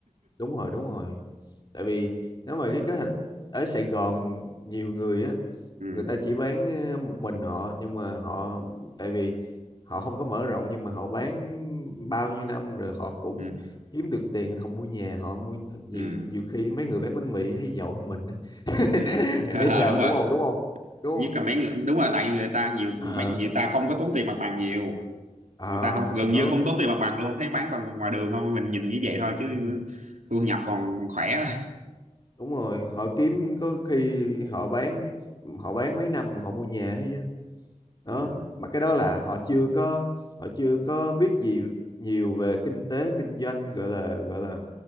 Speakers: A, on the left; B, on the right.
A: đúng rồi đúng rồi tại vì nếu mà cái kế hoạch ở Sài Gòn nhiều người á
B: ừ
A: người ta chỉ bán ờ, một mình họ nhưng mà họ tại vì họ không có mở rộng nhưng mà họ bán bao nhiêu năm rồi họ cũng
B: ừ
A: kiếm được tiền không mua nhà họ mua nhiều
B: ừ
A: nhiều khi mấy người bán bánh mì thấy giàu hơn mình á. <laughs>
B: ừ <laughs>
A: bạn
B: Ờ,
A: thấy sao
B: đúng
A: đúng
B: rồi
A: không đúng không đúng
B: nhất
A: không
B: là mấy người đúng rồi tại người ta nhiều
A: ờ
B: mấy người ta không có tốn tiền mặt bằng nhiều
A: ờ
B: người ta không gần
A: đó
B: như không tốn tiền mặt bằng luôn thấy bán toàn ngoài đường không mình nhìn như vậy thôi chứ
A: ừ,
B: thu nhập còn khỏe
A: đúng rồi họ kiếm có khi họ bán họ bán mấy năm mà họ mua nhà ấy chứ đó
B: <laughs> ừ
A: mà cái đó là họ chưa có họ chưa có biết gì nhiều về kinh tế kinh doanh gọi là gọi là